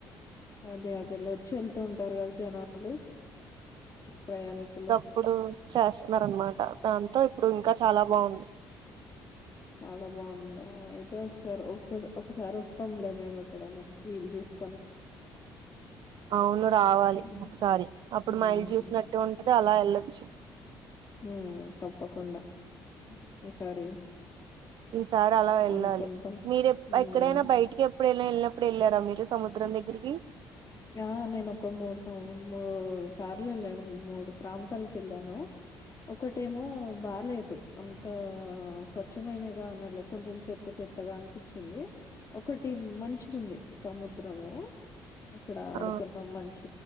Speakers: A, on the left; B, on the right.
A: అదే అదే వచ్చి వెళ్తూ ఉంటారు కదా జనాలు ప్రయాణికులు
B: ఇప్పుడు చేస్తున్నారు అనమాట దాంతో ఇప్పుడు ఇంకా చాలా బాగుంది
A: చాలా బాగుందా అయితే వస్తారు ఒక ఒక ఒకసారి వస్తాములే మేము ఎప్పుడైనా వీళ్ళు చూస్తా
B: అవును రావాలి
A: మ్మ్
B: ఒకసారి అప్పుడు
A: మ్మ్
B: మా ఇల్ చూసినట్టు నట్టు ఉంటది అలా వెళ్లొచ్చు
A: ఉ తప్పకుండా ఈ సారి
B: ఈసారి అలా వెళ్ళాలి
A: అనుకుంటాం
B: మీరు
A: ఉమ్
B: ఎక్కడైనా బయటికి ఇప్పుడైనా వెళ్ళినప్పుడు వెళ్ళారా మీరు సముద్రం దగ్గరికి
A: ఆ నేను ఒక మూడు మూడు సార్లు వెళ్లాను మూడు ప్రాంతాలకు వెళ్ళాను ఒకటేమో బాలేేదు అంత స్వచ్ఛమైనగా అనలే కొంచెం చెత్త చెత్త చేత్తగా అనిపించింది ఒకటి మంచిగా ఉంది సముద్రము అక్కడ
B: ఆ
A: ఆడుకున్నాం మంచి